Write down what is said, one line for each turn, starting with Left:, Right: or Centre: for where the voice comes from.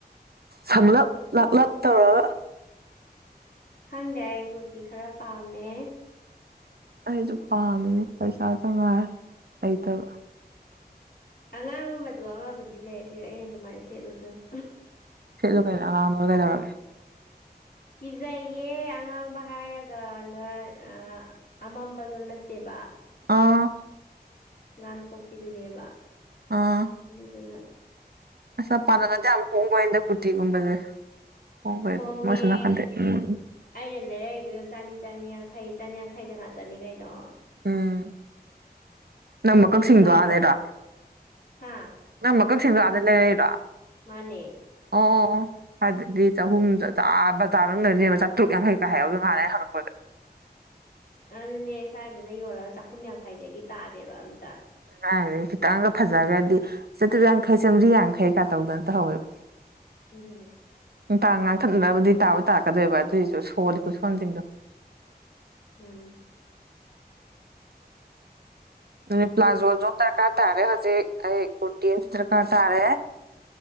Right: ꯁꯝꯂꯞ ꯂꯥꯛꯂꯞ ꯇꯧꯔꯒ
Left: ꯈꯪꯗꯦ ꯑꯩ ꯀꯨꯔꯇꯤ ꯈꯔ ꯄꯥꯝꯃꯦ
Right: ꯑꯩꯁꯨ ꯄꯥꯝꯃꯤꯅꯤ ꯄꯩꯁꯥꯁꯦ ꯉꯥꯏꯔ ꯂꯩꯇꯕ
Left: ꯑꯉꯥꯡꯕ ꯃꯆꯨ ꯑꯃꯕꯨꯗꯤ ꯂꯩ ꯁꯤ ꯑꯩꯅ ꯀꯃꯥꯏꯅ ꯁꯦꯠꯂꯨꯗꯣꯏꯅꯣ
Right: ꯁꯦꯠꯂꯨ ꯀꯩꯅꯣ ꯑꯉꯥꯡꯕꯗꯣ ꯀꯩꯗꯧꯔꯒꯦ
Left: ꯀꯤꯖꯩꯌꯦ ꯑꯉꯥꯡꯕ ꯍꯥꯏꯔꯒꯟꯗ ꯑꯥ ꯑꯃꯝꯕꯗꯣ ꯅꯠꯇꯦꯕ
Right: ꯑꯥ
Left: ꯉꯥꯟꯊꯣꯛꯄꯤꯗꯨꯅꯦꯕ
Right: ꯑꯥ
Left: ꯑꯗꯨꯗꯨꯅ
Right: ꯑꯁꯆꯥꯄꯥꯂꯝꯗꯗꯤ ꯌꯥꯝ ꯍꯣꯡꯕꯣꯅꯤꯗ ꯀꯨꯔꯇꯤꯒꯨꯝꯕꯖꯦ ꯍꯣꯡꯕꯩꯗꯤ
Left: ꯍꯣꯡꯉꯦ
Right: ꯃꯣꯏ ꯑꯁꯣꯝ ꯅꯥꯀꯟꯗ ꯎꯝ ꯎꯝ
Left: ꯑꯩꯅ ꯂꯩꯔꯛꯏꯗꯨ ꯆꯅꯤ ꯆꯅꯤ ꯌꯥꯡꯈꯩ ꯆꯅꯤꯌꯥꯡꯈꯩꯗ ꯉꯥꯛꯇꯅꯤ ꯀꯩꯅꯣ
Right: ꯎꯝ ꯅꯪ ꯃꯀꯛꯁꯤꯡꯗꯣ
Left: ꯃꯣꯏꯅ ꯁ꯭ꯋꯥꯏꯗ
Right: ꯑꯗꯩꯔꯣ
Left: ꯍꯥ
Right: ꯅꯪ ꯃꯀꯛꯁꯤꯡꯗꯣ ꯑꯥꯗꯩ ꯂꯩꯔꯜꯏꯔꯣ
Left: ꯃꯥꯅꯦ
Right: ꯑꯣ ꯑꯣ ꯑꯣ ꯑꯗꯨꯗꯤ ꯆꯍꯨꯝ ꯖꯖꯥ ꯕꯖꯥꯔ ꯔꯣꯝꯗꯗꯤ ꯏꯕꯦꯝꯃꯥ ꯆꯥꯇ꯭ꯔꯨꯛ ꯌꯥꯡꯈꯩ ꯀꯥꯏ ꯍꯥꯏꯔꯏ ꯅꯍꯥꯟꯅ ꯑꯩ ꯍꯪꯉꯛꯄꯗ
Left: ꯑꯗꯨꯅꯦ ꯁ꯭ꯋꯥꯏꯗꯅ ꯌꯣꯜꯂꯒ ꯆꯥꯍꯨꯝ ꯌꯥꯡꯈꯩꯗꯒꯤ ꯇꯥꯗꯦꯕ ꯑꯝꯇ
Right: ꯀꯗꯥꯏꯗꯩ ꯈꯤꯇꯪꯒ ꯐꯖꯈꯔꯗꯤ ꯆꯥꯇ꯭ꯔꯨꯛ ꯌꯥꯡꯈꯩ ꯆꯝꯃꯔꯤ ꯌꯥꯡꯈꯩꯒ ꯇꯧꯗꯅ ꯇꯧꯍꯧꯋꯦꯕ
Left: ꯑꯗꯨꯅꯦ
Right: ꯅꯨꯡꯇꯥꯡ ꯉꯥꯡꯊꯠꯅꯔꯕꯨꯗꯤ ꯇꯥꯕꯨꯗꯤ ꯇꯥꯛꯔꯀꯗꯣꯏꯕ ꯑꯗꯨꯏꯁꯨ ꯁꯣꯜꯂꯤ ꯈꯨ ꯁꯣꯟꯁꯤꯡꯗꯣ
Left: ꯎꯝ
Right: ꯑꯗꯨꯅꯦ ꯄ꯭ꯂꯥꯖꯣꯗꯨꯃ ꯗꯔꯀꯥꯔ ꯇꯥꯔꯦ ꯍꯧꯖꯤꯛ ꯑꯩ ꯀꯨꯔꯇꯤ ꯑꯃꯁꯨ ꯗꯔꯀꯥꯔ ꯇꯥꯔꯦ